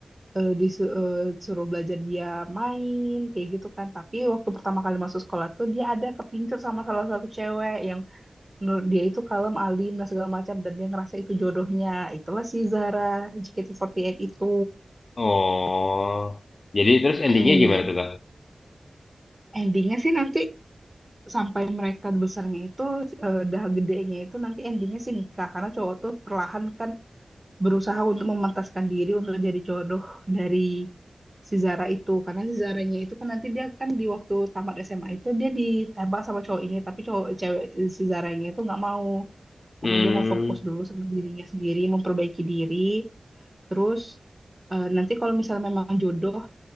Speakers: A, on the right (about 25°); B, on the left (about 65°).
A: eh, disu- eh, disuruh belajar dia main, kayak gitu kan. Tapi waktu pertama kali masuk sekolah tuh dia ada kepincut sama salah satu cewek yang menurut dia itu kalem, alim, dan segala macam. Dan dia ngerasa itu jodohnya. Itulah si Zara JKT48 itu.
B: Oh. Jadi terus
A: Mm-mm.
B: endingnya gimana tuh, Kak?
A: Endingnya sih nanti sampai mereka besarnya itu, eh, dah gedenya itu nanti endingnya sih nikah. Karena cowok tuh perlahan kan berusaha untuk memantaskan diri untuk jadi jodoh dari si Zara itu. Karena si Zaranya itu kan nanti dia kan di waktu tamat SMA itu dia ditembak sama cowok ini. Tapi cowok cewek si Zaranya itu nggak mau.
B: Hmm.
A: karena dia mau fokus dulu sama dirinya sendiri, memperbaiki diri. Terus eh, nanti kalau misalnya memang jodoh,